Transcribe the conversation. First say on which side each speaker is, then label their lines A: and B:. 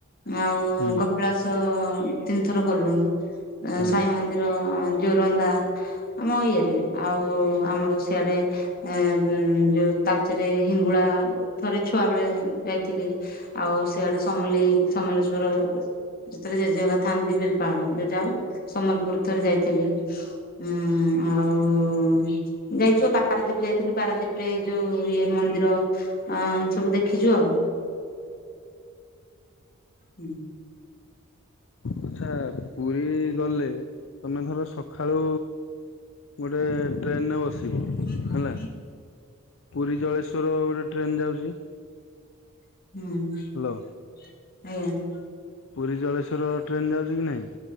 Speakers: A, on the left; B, on the left.
A: ଆଉ
B: ହୁଁ।
A: କପିଳାସ ତିନିଥର ଗଲୁଣି,
B: ହୁଁ।
A: ସାଇ ମନ୍ଦିର ଜୋରନ୍ଦା ଆମ ଇଏରେ ଆଉ ଆମର ସିଆଡେ। ଏ ଯୋଉ ତାଲଚେରେ ହିଙ୍ଗୁଳା, ଥରେ ଛୁଆ ବେଳେ ଯାଇଥିଲି। ଆଉ ସେଆଡେ ସମଲେଇ ସମଲେଶ୍ଵର। ଯେତେବେଳେ ଜେଜେକା ଥାଆନ୍ତି ବିଲପାହାଡ ଯାଉ ସମ୍ବଲପୁର ଥରେ ଯାଇଥିଲି। ହୁଁ ଆଉ ଯାଇଛୁ ପାରାଦୀପ ଯାଇଥିଲୁ ପାରାଦୀପ ରେ ଯୋଉ ଇଏ ମନ୍ଦିର ଅଁ ସବୁ ଦେଖିଛୁ ଆଉ। ହୁଁ
B: ଆଚ୍ଛା ପୁରୀ ଗଲେ ତମେ ଧର ସକାଳୁ ଗୋଟେ ଟ୍ରେନରେ ବସିବ
A: ହୁଁ ଆଜ୍ଞା
B: ହେଲା। ପୁରୀ ଜଳେଶ୍ୱର ଗୋଟେ ଟ୍ରେନ ଯାଉଛି।
A: ହୁଁ
B: ହ୍ୟାଲୋ
A: ଆଜ୍ଞା।
B: ପୁରୀ ଜଳେଶ୍ୱର ଟ୍ରେନ ଯାଉଛି କି ନାଇଁ?